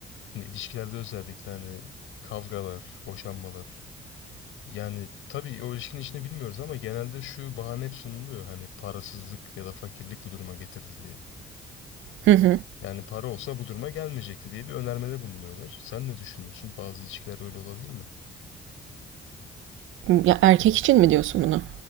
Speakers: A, on the left (about 85°); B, on the right (about 80°).
A: Hani ilişkilerde özellikle hani kavgalar, boşanmalar. Yani tabii o ilişkinin içini bilmiyoruz ama genelde şu bahane hep sunuluyor. Hani parasızlık ya da fakirlik bu duruma getirdi diye.
B: Hı hı.
A: Yani para olsa bu duruma gelmeyecekti diye bir önermede bulunuyorlar. Sen ne düşünüyorsun? Bazı ilişkiler öyle olabilir mi?
B: Ya erkek için mi diyorsun bunu?